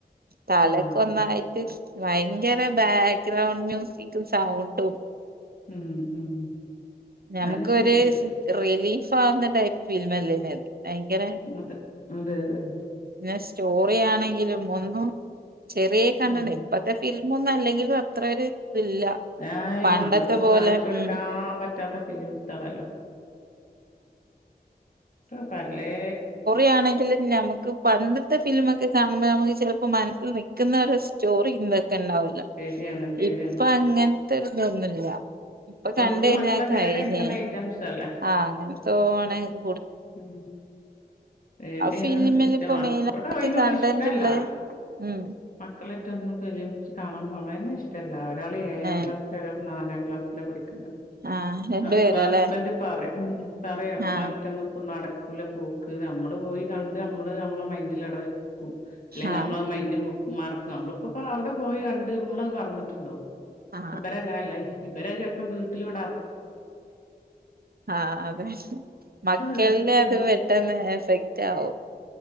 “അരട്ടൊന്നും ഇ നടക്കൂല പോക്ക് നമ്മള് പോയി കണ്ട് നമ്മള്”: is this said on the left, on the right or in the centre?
Left